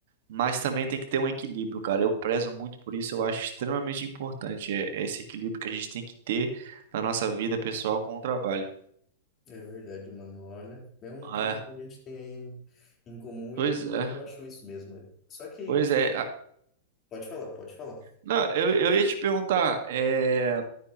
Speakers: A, on the right (about 65°); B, on the left (about 30°).
A: Mas também tem que ter um equilíbrio, cara. Eu prezo muito por isso, eu acho extremamente importante é, é esse equilíbrio que a gente tem que ter na nossa vida pessoal com o trabalho.
B: é verdade, mano. Olha, é um
A: É,
B: ponto que a gente tem aí em, em comum
A: pois
B: e eu,
A: é.
B: eu acho isso mesmo. Só que
A: Pois é,
B: pode falar, pode falar.
A: Não, eu, eu ia te perguntar, é,